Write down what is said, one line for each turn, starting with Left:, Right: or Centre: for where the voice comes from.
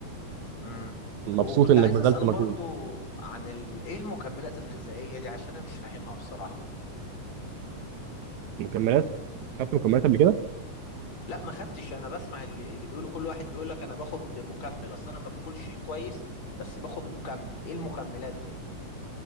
Left: امم
Right: مبسوط
Left: وكنت
Right: انك
Left: عايز
Right: بذلت
Left: اسال
Right: مجهود
Left: برضو عن ال... ايه المكملات الغذائيه دي عشان انا مش فاهمها بصراحه
Right: مكملات خدت مكملات قبل كده
Left: لا ما خدتش انا بسمع اللي, اللي بيقولوا كل واحد بيقول لك انا باخد مكمل اصل انا ما باكلش كويس بس باخد مكمل ايه المكملات دي